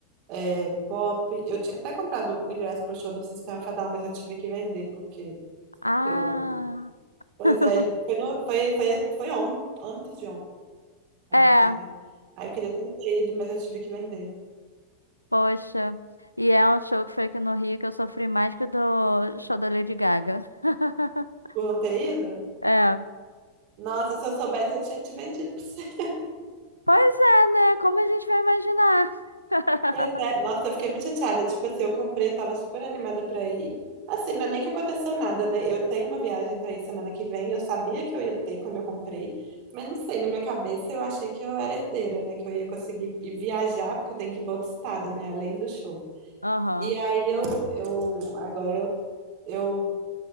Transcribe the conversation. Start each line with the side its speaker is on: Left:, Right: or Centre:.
Right: é, pop. Eu tinha até comprado o ingresso pro show do Sistema Fadal, mas eu tive que vender, porque
Left: Ah,
Right: eu Pois
Left: <laughs>
Right: é, ele foi, no, foi, foi, foi on, antes de ontem,
Left: é,
Right: né? Aí eu queria tanto ter ido, mas eu tive que vender.
Left: poxa. E é um show que foi aqui no Rio que eu sofri mais que o do show da Lady Gaga. <laughs>
Right: Por não ter ido?
Left: É.
Right: Nossa, se eu soubesse, eu tinha te vendido pra você. <laughs>
Left: Pois é, né? Como a gente vai imaginar? <laughs>
Right: Pois é, nossa, eu fiquei muito chateada. Tipo assim, eu comprei, eu tava super animada pra ir. Assim, não é nem que aconteceu nada, né? Eu tenho uma viagem pra ir semana que vem, eu sabia que eu ia ter quando eu comprei, mas não sei, na minha cabeça eu achei que eu era herdeira, né? Que eu ia conseguir ir viajar, porque eu tenho que ir pra outro estado, né? Além do show.
Left: Aham.
Right: E aí eu, eu agora eu. Eu